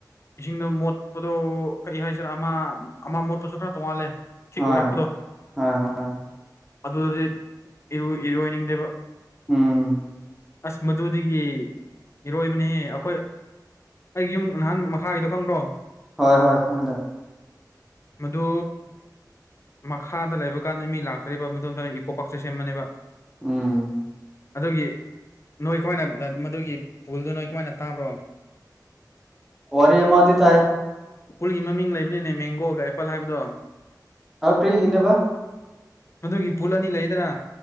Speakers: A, on the left; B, in the centre.
A: ꯏꯁꯤꯡꯗꯣ ꯃꯣꯠꯄꯗꯣ ꯀꯔꯤ ꯍꯥꯏꯁꯤꯔꯥ ꯑꯃ ꯑꯃ ꯃꯣꯠꯄꯁꯨ ꯈꯔ ꯇꯣꯡꯉꯥꯜꯂꯦ ꯊꯤꯛ
B: ꯍꯣꯏ
A: ꯑꯣꯏꯔꯛꯄꯗꯣ
B: ꯍꯣꯏ ꯍꯣꯏ
A: ꯑꯗꯨꯗꯗꯤ ꯏꯔꯣꯏꯅꯤꯡꯗꯦꯕ
B: ꯎꯝ
A: ꯑꯁ ꯃꯗꯨꯗꯒꯤ ꯏꯔꯣꯏꯕꯅꯤ ꯑꯩꯈꯣꯏ ꯑꯩ ꯌꯨꯝ ꯅꯍꯥꯟ ꯃꯈꯥꯒꯤꯗꯣ ꯈꯪꯕ꯭ꯔꯣ
B: ꯍꯣꯏ ꯍꯣꯏ ꯈꯪꯗꯥꯥꯏ
A: ꯃꯗꯨ ꯃꯈꯥꯗ ꯂꯩꯕ ꯀꯥꯟꯗ ꯃꯤ ꯂꯥꯛꯇ꯭ꯔꯤꯕ ꯃꯣꯝꯇ ꯏꯀꯣ ꯄꯥꯔꯛꯁꯦ ꯁꯦꯝꯃꯅꯦꯕ
B: ꯎꯝ
A: ꯑꯗꯨꯒꯤ ꯅꯣꯏ ꯀꯃꯥꯏꯅ ꯃꯗꯨꯒꯤ ꯄꯨꯜꯗꯨ ꯅꯣꯏ ꯀꯃꯥꯏꯅ ꯇꯥꯕ꯭ꯔꯣ
B: ꯑꯣꯔ ꯌ ꯃꯥꯗꯤ ꯇꯥꯏ
A: ꯎ ꯄꯨꯨꯜꯒꯤ ꯃꯃꯤꯡ ꯂꯩꯕꯅꯤꯅꯦ ꯃꯦꯡꯒꯣꯒ ꯑꯦꯄꯜ ꯍꯥꯏꯕꯗꯣ
B: ꯍꯄ꯭ꯔꯤ ꯏꯅꯦꯕ
A: ꯃꯗꯨꯒꯤ ꯄꯨꯜ ꯑꯅꯤ ꯂꯩꯗꯅ